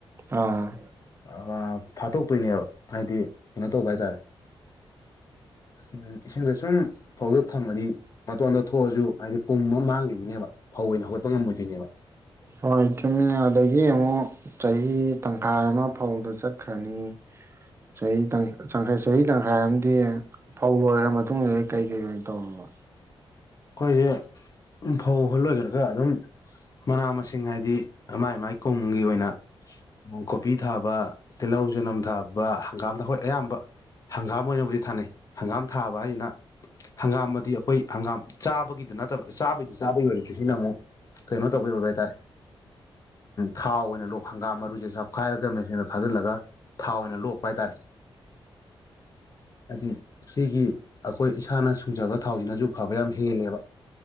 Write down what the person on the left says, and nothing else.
ꯑ ꯐꯥꯠꯇꯣꯛꯇꯣꯏꯅꯦꯕ ꯍꯥꯏꯗꯤ ꯀꯩꯅꯣ ꯇꯧꯕ ꯍꯥꯏꯇꯥꯔꯦ ꯎꯝ ꯏꯁꯤꯡꯗꯨ ꯁꯨꯝ ꯐꯧꯗꯣ ꯊꯝꯃꯗꯤ ꯃꯇꯣꯟꯗ ꯊꯣꯛꯑꯁꯨ ꯍꯥꯏꯕꯗꯤ ꯄꯨꯝꯃ ꯃꯥꯡꯒꯤꯗꯣꯏꯅꯦꯕ ꯐꯧ ꯑꯣꯏꯅ ꯍꯧꯒꯠꯄ ꯉꯝꯃꯣꯏꯗꯣꯏꯅꯦꯕ꯫
ꯑꯩꯈꯣꯏꯖꯦ ꯐꯧꯍꯨꯜ ꯂꯣꯏꯒ꯭ꯔꯒ ꯑꯗꯨꯝ ꯃꯅꯥ ꯃꯁꯤꯡ ꯍꯥꯏꯗꯤ ꯃꯥꯏ ꯃꯥꯏ ꯀꯣꯝꯒꯤ ꯑꯣꯏꯅ ꯀꯣꯕꯤ ꯊꯥꯕ ꯇꯤꯜꯍꯧ ꯆꯅꯝ ꯊꯥꯕ ꯍꯪꯒꯥꯝꯗ ꯍꯣꯏ ꯑꯌꯥꯝꯕ ꯍꯪꯒꯥꯝ ꯑꯣꯏꯅꯕꯨꯗꯤ ꯊꯥꯅꯩ꯫ ꯍꯪꯒꯥꯝ ꯊꯥꯕ ꯍꯥꯏꯖꯤꯅ ꯍꯪꯒꯥꯝꯑꯗꯤ ꯑꯩꯈꯣꯏ ꯍꯪꯒꯥꯝ ꯆꯥꯕꯒꯤꯗꯨ ꯅꯠꯇꯕ ꯆꯥꯕꯩꯗꯤ ꯆꯥꯕꯒꯤ ꯑꯣꯏꯔꯛꯁꯨ ꯁꯤꯅ ꯑꯃꯨꯛ ꯀꯩꯅꯣ ꯇꯧꯕꯩ ꯑꯣꯏꯕ ꯍꯥꯏꯇꯥꯔꯦ ꯊꯥꯎ ꯑꯣꯏꯅ ꯂꯣꯛ ꯍꯪꯒꯥꯝ ꯃꯔꯨꯁꯦ ꯆꯞꯈꯥꯏꯔꯒ ꯃꯦꯆꯤꯟꯗ ꯊꯥꯖꯤꯜꯂꯒ ꯊꯥꯎ ꯑꯣꯏꯅ ꯂꯣꯛꯄ ꯍꯥꯏꯇꯥꯔꯦ ꯍꯥꯏꯗꯤ ꯁꯤꯒꯤ ꯑꯩꯈꯣꯏ ꯏꯁꯥꯅ ꯁꯨꯡꯖꯕ ꯊꯥꯎꯁꯤꯅꯁꯨ ꯐꯕ ꯌꯥꯝ ꯍꯦꯜꯂꯦꯕ